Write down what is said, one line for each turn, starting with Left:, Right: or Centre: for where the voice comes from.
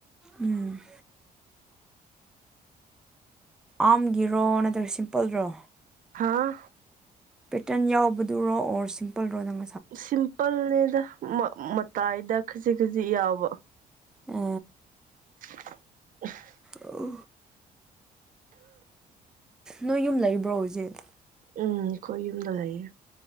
Centre: ꯎꯝ ꯑꯥꯝꯒꯤꯔꯣ ꯅꯠꯇ꯭ꯔꯒ ꯁꯤꯝꯄꯜꯔꯣ
Right: ꯍꯥꯥ
Centre: ꯄꯦꯇꯔꯟ ꯌꯥꯎꯕꯗꯨꯔꯣ ꯑꯣꯔ ꯁꯤꯝꯄꯜꯔꯣ ꯅꯪ
Right: ꯁꯤꯝꯄꯜꯅꯦꯗ ꯃꯇꯥꯏꯗ ꯈꯖꯤꯛ ꯈꯖꯤꯛ ꯌꯥꯎꯕ
Centre: ꯑ
Right: <unintelligible>
Centre: ꯑ ꯅꯣꯏ ꯌꯨꯝ ꯂꯩꯕ꯭ꯔꯣ ꯍꯧꯖꯤꯛ
Right: ꯎꯝ ꯑꯩꯈꯣꯏ ꯌꯨꯝꯗ ꯂꯩꯌꯦ